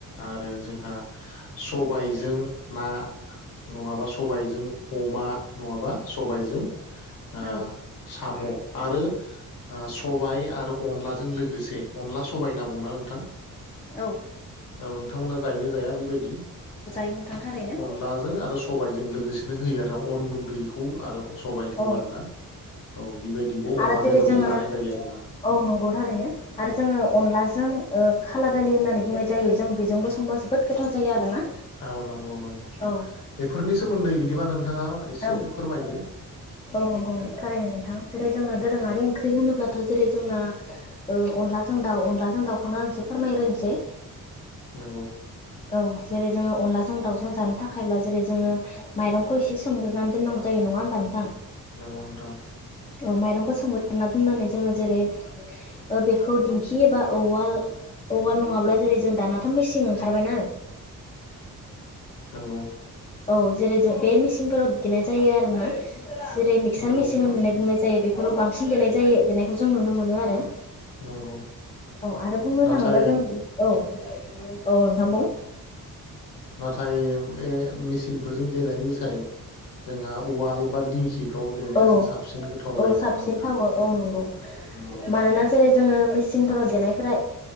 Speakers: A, on the left; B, on the left.
A: आरो जोंहा सबायजों ना नङाबा सबायजों अमा, नङाबा सबायजों आ
B: औ
A: साम' आरो ओ सबाय आरो अनलाजों लोगोसे अनला सबाय होनना बुङोना नोंथां?
B: औ औ।
A: औ नोंथांमोना जायोना जाया बेबायदि।
B: बे नोंथां थारैनो।
A: अनलाजों आरो सबायजों लोगोसेनो होयो आरो अन गुन्दैखौ खौ आरो सबाइखौ
B: औ
A: आरो ना औ बेबायदिबो अमाजों
B: आरो जेरै
A: दरजों
B: जोङो
A: जानाय जायो आरोना।
B: औ नंगौ थारैनो। आरो जोङो अनलाजों ओ खाला दालि होननानै बुंनाय जायो जों बेजोंबो संबा जोबोद गोथाव जायो आरोना।
A: औ नंगौ नंगौ।
B: औ
A: बेफोरनि सोमोन्दै बिदिबा नोंथाङा एसे
B: औ औ
A: फोरमायदो
B: नंगौ नंगौ
A: दे
B: थारनो नोंथां जेरै जोङो दोरोङारि
A: नंगौ
B: ओंख्रि होनोब्लाथ' जेरै जोंना ओ अनलाजों दाउ, अनलाजों दाखौनो आं एसे फोरमायगोनोसै।
A: नंगौ।
B: औ जेरै जोङो अनलाजों दाउजों जानो थाखायब्ला जेरै जोङो माइरंखौ एसे सोमग्रोनानै दोननांगौ जायो नङा होमबा नोंथां?
A: नोंगौ नोंथां।
B: औ माइरंखौ सोमग्रोना दोननानै जोङो जेरै ओ बेखौ दिंखि एबा औवाल औवाल नङाब्ला जेरै जों दानाथ' मेसिं ओंखारबायना
A: नंगौ
B: औ जेरै जो बे मिसिंफोराव देनाय जायो आरो ना। जेरै मिक्सार
A: नंगौ
B: मेसिन
A: नोंथां
B: होननानै बुंनाय जायो। बेफोराव बांसिन देनाय जायो देनायखौ जों नुनो मोनो आरो।
A: नंगौ
B: औ आरो बुंनो
A: नाथाय
B: थाङोब्ला जों औ औ नोंथांखौ बुं।
A: नाथाय बे मेसिनफोरजों देनायनि साय जोंहा औ बाल बा दिंखिफ्राव देनायासो
B: औ
A: साबसिन गोथाव
B: औ
A: जायो
B: साबसिन
A: आरो ना नोंथां
B: थावो औ नंगौ
A: नोंगौ
B: मानोना जेरै जोङो मेसिंफोराव देनायफोरा